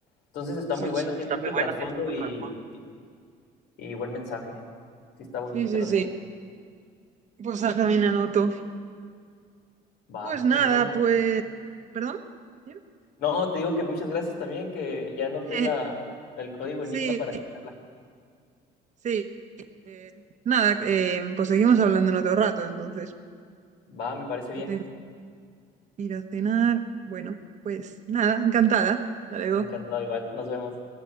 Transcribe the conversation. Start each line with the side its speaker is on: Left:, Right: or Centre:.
Left: Entonces está
Right: sí,
Left: muy buena,
Right: sí.
Left: tiene
Right: Está
Left: mucho
Right: muy bueno
Left: trasfondo
Right: tiene mucha
Left: y,
Right: trasfondo.
Left: y y buen mensaje. Sí está bonito,
Right: Sí, sí,
Left: te lo
Right: sí.
Left: recomiendo.
Right: Pues haz también anoto.
Left: Va,
Right: Pues nada,
Left: bueno, Eva.
Right: pues... ¿Perdón? ¿Sí?
Left: No, te digo que muchas gracias también, que ya anoté
Right: <laughs>
Left: la, el código
Right: Sí,
Left: Enigma para checarla.
Right: sí. eh, nada, eh, pues seguimos hablando en otro rato, entonces,
Left: Va, me parece bien.
Right: que tengo que ir a cenar. Bueno, pues nada, encantada. Hasta luego.
Left: Encantado igual. Nos vemos.